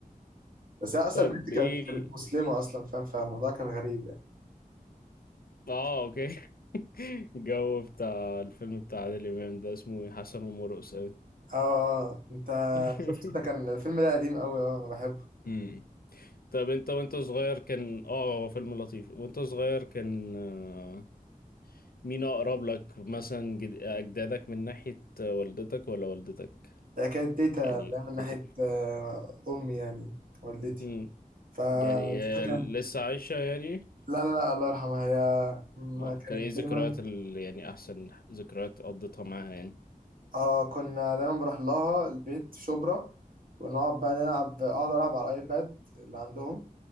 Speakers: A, on the right; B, on the left.
A: بس هي اصلا
B: طيب
A: البنت
B: ايه
A: كانت كانت مسلمه اصلا فاهم فالموضوع كان غريب
B: اه اوكي <laughs> الجو بتاع الفيلم بتاع عادل امام ده اسمه إيه؟ حسن ومرقص اوي
A: اه انت
B: <laughs>
A: شفت ده كان الفيلم ده قديم قوي اه انا بحبه
B: مم. طب انت وانت صغير كان اه هو فيلم لطيف وانت صغير كان آه، مين اقرب لك مثلا جد... اجدادك من ناحية آه، والدتك ولا والدتك
A: ده كانت تيتا
B: يعني
A: اللي هي من
B: كنت
A: ناحية آه، امي يعني والدتي
B: مم.
A: فتيتا
B: يعني آه،
A: كانت
B: لسه عايشة يعني
A: لا لا لا الله يرحمها هي ما
B: اه
A: كانت
B: كان ايه ذكريات
A: دايما
B: ال... يعني احسن ذكريات قضيتها معاها يعني
A: اه كنا دايما بروح لها البيت شبرا ونقعد بقى نلعب اقعد العب على الايباد اللي عندهم